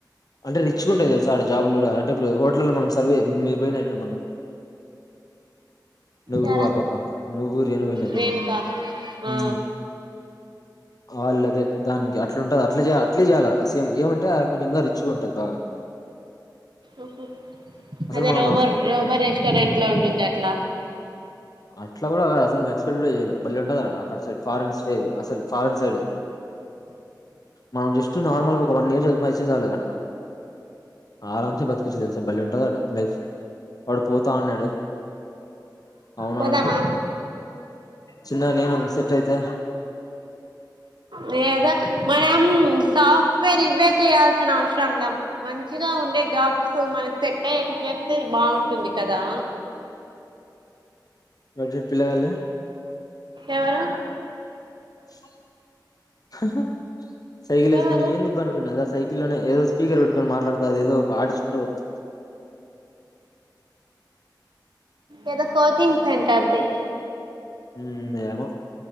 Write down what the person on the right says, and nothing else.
యాడ
రేణుక
ఆ
ఉ హు
అదే
రోబో రోబో రెస్టారెంట్ లో ఉంటుంది అట్లా
పోదామా
లేద మనం సాఫ్ట్వేర్ ఇవ్వే చేయాల్ కని అవసరంలా మంచిగా ఉండే జాబ్స్ సో మైండ్ సెట్ అయ్యాక చేస్తే బావుంటుంది కదా
ఎవరు
ఎవరు
ఏద కోచింగ్ సెంటర్ ది